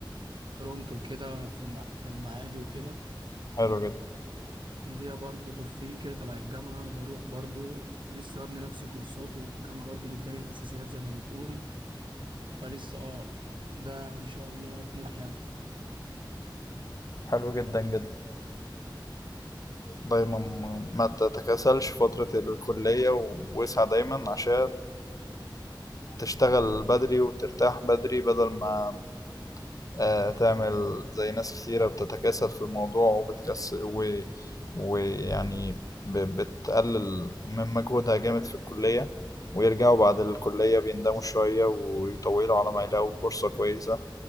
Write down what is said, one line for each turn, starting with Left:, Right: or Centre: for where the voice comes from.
Right: فرونت وكده في الم... في المعادي وكده
Left: حلو جدا
Right: دي برضو فور فري كده تبع الجامعه بروح برضو لسه ببني نفسي كورسات والجامعه برضو مداني الاساسيات زي ما بتقول فلسه اه ده ان شاء الله طموح يعني
Left: حلو جدا جدا دايما ما تتكاسلش في فترة الكلية و- واسعى دايما عشان تشتغل بدري وترتاح بدري بدل ما آه، تعمل زي ناس كتيرة بتتكاسل في الموضوع وبتكسل و... ويعني ب... بتقلل من مجهودها جامد في الكلية ويرجعوا بعد الكلية بيندموا شوية ويطولوا على ما يلاقوا فرصة كويسة